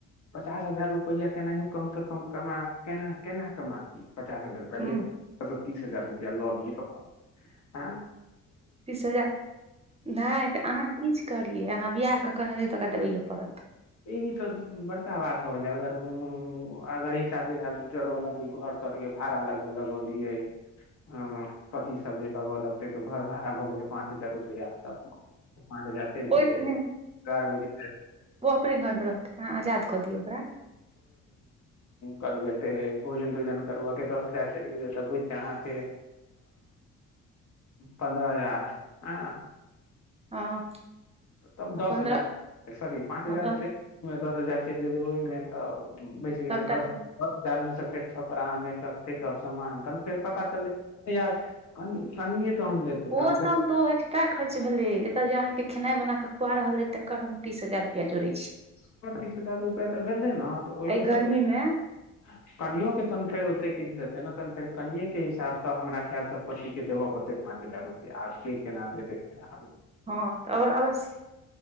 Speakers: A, on the left (about 65°); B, on the right (about 20°).
A: पचास हजार रुपैआ केनाहि यो कमसँ कम कमा केना केना कमा पचास हजार रुपआ
B: हूँ
A: तीस हजार रुपआ लऽ लि अपन आ
B: तीस हजार नहि तऽ अहाँ किछु करियै अहाँ बिआहके अनलियै त ओकरा देबैयए पड़त
A: ई तऽ बड़का बात हो गेलै अगर अगर हिसाब दिसाब जोड़ब लक कि घर तर के भाड़ा लगब लगबियै अ पति सब जे लगबय लगतै तऽ घर भाड़ा भऽ गेलै पाँच हजार रुपैया तब पाँच हजार तेरी
B: ओहिसँ
A: गेलै बारह बजे
B: ओकरे घर म रहै न आजाद कऽ दियौ ओकरा
A: करबेत भोजन तोजन करबऽके दस हजार चलि गेलै तऽ बुझै अहाँके पन्द्रह हजार हँ
B: हँ
A: तब दस
B: आ पन्द्रह
A: हजार सॉरी पाँच हजारि
B: हँ दस
A: दस हजार चलि गेलै ओहिमे त बचि गेलै
B: सभटा
A: दस
B: तऽ
A: दस हजार मे सँ फेर कपड़ा मेकप तेकब सामान त फेर पता चल य अरे यार कन कनिये तहन देतै
B: ओसभ
A: तहन फेर
B: तऽ ओ एक्स्ट्रा खर्च भेलै एतऽ जे अहाँके खेनाय बना क के खुआ रहल हे तर हम तीस हजार रुपआ जोड़े
A: तेकर तीस हजार रुपैया तऽ भेलै ने तऽ ओहिमे
B: एहि गर्मी
A: सँ तऽ
B: मे
A: कनियो के तन फेर होते किस दे तेना तहन फेर कनिये के हिसाब सँ हमरा खैल सँ पत्ती के देबऽ पड़तै पाँच हजार रुपैआ आब के केना देतै सेए
B: हाँ और अवश्य